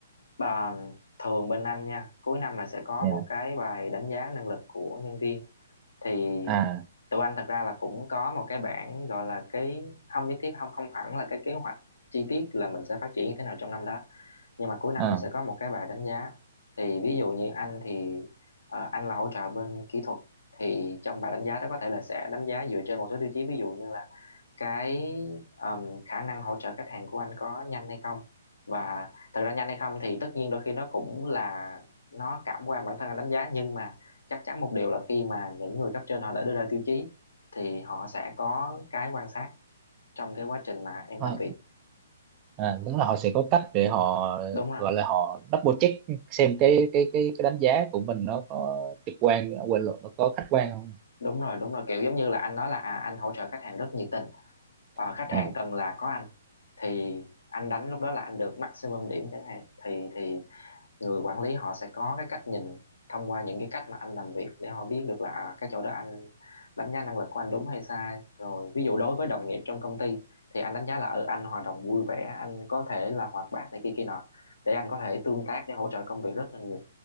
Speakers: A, on the left; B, on the right.
A: Bà thường bên anh nha, cuối năm là sẽ có
B: Dạ.
A: một cái bài đánh giá năng lực của nhân viên. Thì
B: à
A: tụi anh thật ra là cũng có một cái bảng gọi là cái không nhất thiết không không hẳn là cái kế hoạch chi tiết là mình sẽ phát triển như thế nào trong năm đó. Nhưng mà cuối năm
B: à
A: thì sẽ có một cái bài đánh giá. Thì ví dụ như anh thì ờ, anh là hỗ trợ bên kỹ thuật thì trong bài đánh giá đó có thể là sẽ đánh giá dựa trên một số tiêu chí ví dụ như là cái um, khả năng hỗ trợ khách hàng của anh có nhanh hay không và thật ra nhanh hay không thì tất nhiên đôi khi nó cũng là nó cảm quan bản thân anh đánh giá nhưng mà chắc chắn một điều là khi mà những người cấp trên họ đã đưa ra tiêu chí thì họ sẽ có cái quan sát trong cái quá trình mà em
B: à,
A: làm việc
B: à, đúng là họ sẽ có cách để họ
A: đúng rồi
B: gọi là họ double check xem cái cái cái cái đánh giá của mình nó có trực quan quên lộn nó có khách quan không
A: đúng rồi đúng rồi kiểu giống như là anh nói là à, anh hỗ trợ khách hàng rất nhiệt tình Ờ, khách hàng
B: à,
A: cần là có anh thì anh đánh lúc đó là anh được maximum điểm chẳng hạn thì thì người quản lý họ sẽ có cái cách nhìn thông qua những cái cách mà anh làm việc để họ biết được là à, cái chỗ đó anh đánh giá năng lực của anh đúng hay sai rồi ví dụ đối với đồng nghiệp trong công ty thì anh đánh giá là ở ừ, anh hoạt động vui vẻ anh có thể là hoạt bát này kia kia nọ để anh có thể tương tác để hỗ trợ công việc rất là nhiều